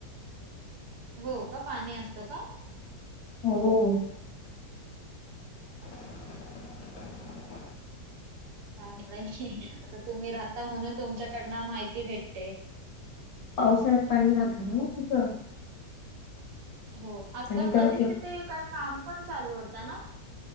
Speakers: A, on the right (about 75°); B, on the left (about 70°).
A: हो का, पाणी असतं का.
B: हो. ह <inaudible>
A: काय माहीत नाही आता तुम्ही राहता म्हणून तुमच्याकडून माहिती भेटते.
B: पावसाळ्यात पाणी राहतं ना ना तिथं.
A: हो, आता
B: आणि तर
A: मध्ये
B: एक
A: तिथे काही काम पण चालू होत ना.